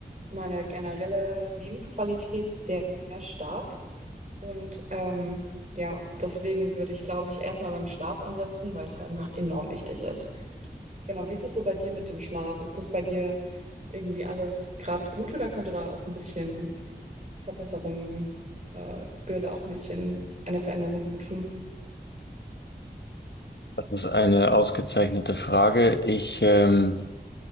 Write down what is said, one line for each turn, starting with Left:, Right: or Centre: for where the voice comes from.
Right: meine generelle Lebensqualität sehr, sehr stark. Und ähm, ja, deswegen würde ich, glaube ich, erstmal beim Schlaf ansetzen, weil es halt einfach enorm wichtig ist. Genau, wie ist es so bei dir mit dem Schlaf? Ist das bei dir irgendwie alles gerade gut oder könnte da auch ein bisschen Verbesserungen, äh, würde da auch ein bisschen eine Veränderung gut tun?
Left: Das ist eine ausgezeichnete Frage. Ich, ähm,